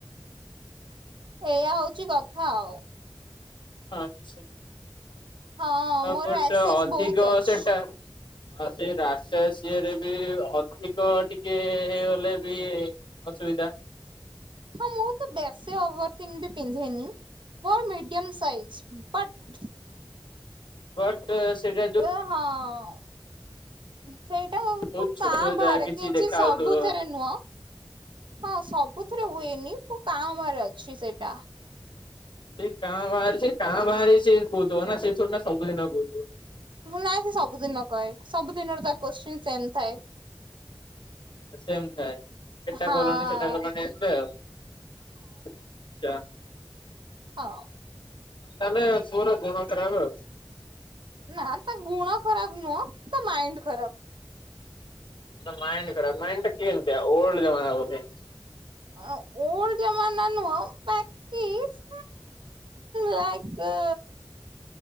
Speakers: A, on the right; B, on the left.
A: ଏଇଆ ହଉଛି କଥା ଆଉ।
B: ଆଛା।
A: ହଁ
B: ଆଉ
A: ମୋର
B: ଗୋଟେ
A: ଆସେସ୍
B: ଅଧିକ
A: ବହୁତ ଅଛି।
B: ସେଟା ଆଉ ସେଇ ରାସ ସିରେ ବି ଅଧିକ ଟିକେ ହେଇଗଲେ ବି ଅସୁବିଧା।
A: ହଁ ମୁଁ ତ ବେଶୀ ଓଭରଥିଙ୍ଗ ବି ପିନ୍ଧେ ନି ମୋର ମିଡିୟମ୍ ସାଇଜ ବଟ୍
B: ବଟ୍ ସେଇଟା ଯୋଉ
A: ତ ହଁ ସେଇଟା ହଉକୁ
B: ବହୁତ ଛୋଟ
A: କାଆଁ ବାହାରେ
B: ଯାହା
A: କିଛି
B: ଦେଖା
A: ସବୁଥିରେ
B: ହାଉଥିବ
A: ନୁହଁ। ହଁ ସବୁଥିରେ ହୁଏନି କୋଉ କାଆଁ ଭାଆଁ ରେ ଅଛି ସେଇଟା।
B: ସେଇ କାଁ ବାହାରେ ସେ ଭା ରେ ସେଇ କାଁ ଭା ରେ ସେ କହୁଥିବ ନା ସେ ଥୋଡି ନା ସବୁଦିନ କହୁଥିବ।
A: ମୁଁ ନାଇଁ ସେ ସବୁଦିନ କହେ ସବୁ ଦିନରେ ତା କୋଶ୍ଚିନ୍ ସେମ୍ ଥାଏ।
B: ସେମ୍ ଥାଏ ଏଟା
A: ହଁ
B: କଲଣି ସେଟା କଲଣି ଏମତି ଆଉ। ଚା
A: ହଁ।
B: ତାହେଲେ ପୁଅର ଗୁଣ ଖରାପ୍ ଆଉ।
A: ନା ତା ଗୁଣ ଖରାପ ନୁହଁ ତା ମାଇଣ୍ଡ ଖରାପ୍।
B: ମାଇଣ୍ଡ ଖରାପ୍ ମାଇଣ୍ଡ ଟା କେମିତି ଓଲଡ୍ ଜମନା ବୋଧେ।
A: ହଁ ଓଲ୍ଡ ଜମାନା ନୁହ ପା କିସ୍ ଲାଇକ